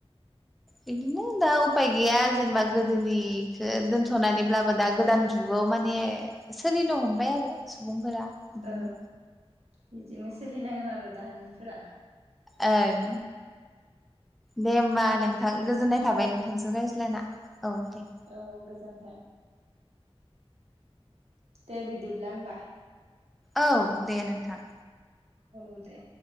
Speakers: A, in the centre; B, on the right.
A: बिदिनो दा उफाय गैया जेनेबा गोदोनिखौ दोनथ'नानैब्लाबो दा गोदान जुगाव माने सोलिनो हमबाय आरो सुबुंफोरा बिदिनो
B: औ बिदिनो सोलिनांगोन आरो दाहानिफोरा
A: ओं दे होमबा नोंथां गोजोननाय
B: दे
A: थाबाय नोंथां नोंजों रायज्लायना औ दे
B: औ गोजोन्थों दे बिदिब्ला होमबा
A: औ दे नोंथां
B: औ दे